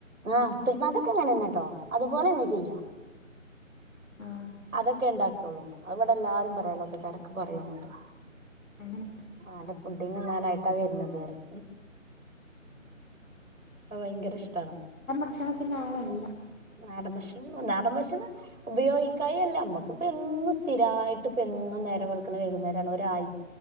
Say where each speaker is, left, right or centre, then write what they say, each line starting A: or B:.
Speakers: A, on the right; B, on the left.
A: ആ പെരുന്നാക്കൊക്കെ അങ്ങനെന്നേട്ടോ അതുപോലെന്നെ ചെയ്യ.
B: ആ
A: അതൊക്കെ ഇണ്ടാക്കുള്ളൂ അഹ് ബടെ എല്ലാരും പറയും അ യലോക്കാക്കാരൊക്കെ പറയും ന്നട്ട്.
B: അങ്ങനെ
A: അന്റെ പുഡിങ്ത്തിനായിട്ടാ വെർണത് പറിം.
B: <inaudible>
A: ആ വയങ്കര ഇഷ്ട്ടാണ്.
B: ഭക്ഷണത്തിന്റെ ആളല്ല.
A: നാടൻ ഭക്ഷണം നാടൻ ഭക്ഷണം ഉപയോഗിക്കായി അല്ല നമ്മക്ക് ഇപ്പോ എന്നും സ്ഥിരായിട്ട് ഇപ്പ എന്നും നേരം വെള്ക്ണേ വൈകുന്നേരാണ് ഒരാഴ്